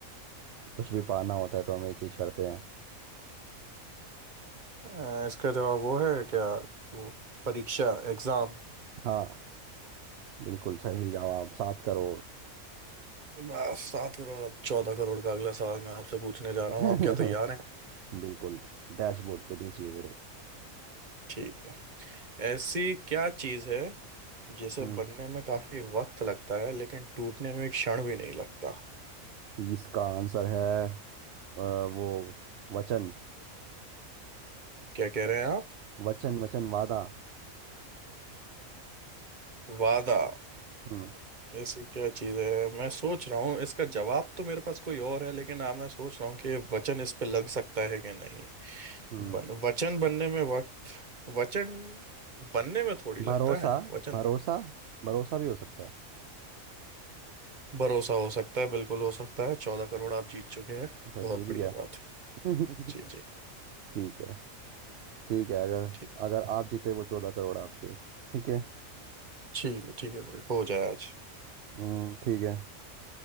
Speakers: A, on the right; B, on the right.
A: कुछ भी पाना होता है तो हमें ये चीज़ करते हैं
B: अ, इसका जवाब वो है क्या वो परीक्षा एग्जाम
A: हाँ बिल्कुल सही जवाब सात करोड़
B: बस सात करोड़ अब चौदह करोड़ का अगला सवाल मैं आपसे पूछने जा
A: <laughs>
B: रहा हूँ आप क्या तैयार हैं
A: बिल्कुल डैशबोर्ड पे दीजिए मेरे
B: ठीक है ऐसी क्या चीज है जिसे
A: हम्म
B: बनने में काफी वक्त लगता है लेकिन टूटने में एक क्षण भी नहीं लगता
A: इसका आंसर है अ, वो वचन
B: क्या कह रहे हैं आप
A: वचन वचन वादा
B: वादा
A: हम्म
B: ऐसी क्या चीज है मैं सोच रहा हूँ इसका जवाब तो मेरे पास कोई और है लेकिन अब मैं सोच रहा हूँ कि वचन इस पे लग सकता है कि नहीं
A: हम्म
B: बन, वचन बनने में वक्त वचन बनने में थोड़ी लगता
A: भरोसा
B: है वचन
A: भरोसा
B: पर
A: भरोसा भी हो सकता है
B: भरोसा हो सकता है बिल्कुल हो सकता है चौदह करोड़ आप जीत चुके हैं
A: अच्छा
B: बहुत
A: जीत गया
B: बढ़िया
A: <laughs>
B: बात है जी जी
A: ठीक है ठीक है अगर
B: ठीक
A: अगर आप जीते वो चौदह करोड़ आपके ठीक है
B: ठीक है ठीक है भाई हो जाए आज
A: हम्म ठीक है